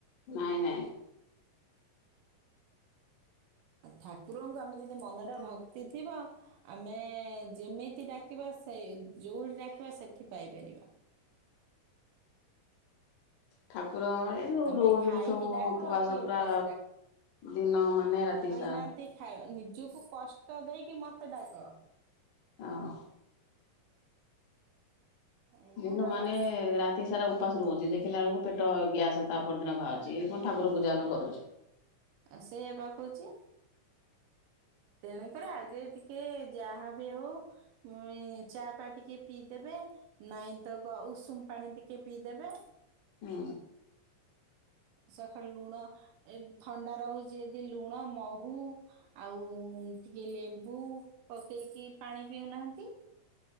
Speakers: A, on the left (about 75°); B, on the right (about 80°).
A: ନାଇଁ ନାଇଁ।
B: ଠାକୁରଙ୍କୁ ଆମେ ଯଦି ମନରେ ଭକ୍ତି ଥିବ ଆମେ ଯେମିତି ଡାକିବା। ସେଇ ଯୋଉଠି ଡାକିବେ ସେଠି ପାଇପାରିବା।
A: ଠାକୁର ଏଇ ଯୋଉ
B: ତମେ
A: ରହୁଛନ୍ତି
B: ଖାଇକି
A: ସବୁ
B: ଡାକ
A: ଉପବାସ
B: କି
A: ପୁରା
B: ଓପାସ
A: ଦିନ ମାନେ ରାତି ସାରା।
B: ନାହାନ୍ତି ଖାଇ ନିଜକୁ କଷ୍ଟ ଦେଇକି ମତେ ଡାକ।
A: ଆଁ।
B: ଏଇଆ
A: ଦିନ ମାନେ
B: ଆଉ
A: ରାତି ସାରା ଉ ଉପାସ ରୁହନ୍ତି ଦେଖିଲା ବେଳକୁ ପେଟ ଗ୍ୟାସ ତା ପରଦିନ ବାହାରୁଛି ଏ ପୁଣି ଠାକୁର ପୂଜା ଆମେ କରୁଛୁ।
B: ସେଇଆ ପା କହୁଛି। ତେଣୁକରି ଆଗେ ଟିକେ ଯାହା ବି ହଉ ଚା ପା ଟିକେ ପିଇଦେବେ। ନାଇଁ ତ ଉଷୁମ ପାଣି ଟିକେ ପିଇଦେବେ।
A: ହୁଁ।
B: ସକାଳୁ ଲୁଣ ଏ ଥଣ୍ଡା ରହୁଛି ଯଦି ଲୁଣ ମହୁ ଆଉ। ଟିକେ ଲେମ୍ବୁ ପକେଇକି ପାଣି ପିଉନାହାନ୍ତି।